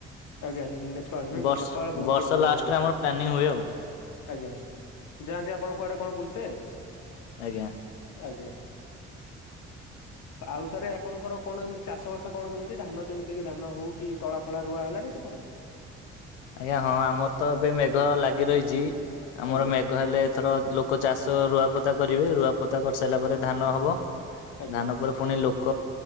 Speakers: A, on the left; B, on the left.
A: ଆଜ୍ଞା ନେପାଳ ନାଇଁ
B: ବର୍ଷ
A: କି ନେପାଳ ବହୁତ
B: ବର୍ଷ
A: ଡଢିଆ
B: ଲାଷ୍ଟରେ
A: ଜାଗା ଆଜ୍ଞା।
B: ଆମର ପ୍ଲାନିଂ ହୁଏ ଆଉ
A: ଆଜ୍ଞା ଯାଆନ୍ତି ଆପଣ କୁଆଡେ। ଆପଣ ବୁଲିତେ।
B: ଆଜ୍ଞା।
A: ଆଜ୍ଞା। ଆଉ ସରେ ଆପଣଙ୍କର କଣ ଏମିତି ଚାଷ ବାସ କଣ କେମିତି ଧାନ ଯେମିତି କି ଧାନ ହଉ କି ତଳା ଫଳା ରୁଆ ହେଲାଣି ସେପଟେ
B: ଆଜ୍ଞା ହଁ ଆମର ତ ଏବେ ମେଘ ଲାଗି ରହିଛି ଆମର
A: ଆଜ୍ଞା
B: ମେଘ୍ ଘ ହେଲେ ଥର ଲୋକ ଚାଷ ରୁଆ ପୋତା କରିବେ ରୁଆ ପୋତା କରିସାରିଲା ପରେ ଧାନ ହବ।
A: ଆଜ୍ଞା
B: ଧାନ ପରେ। ପୁଣି ଲୋକ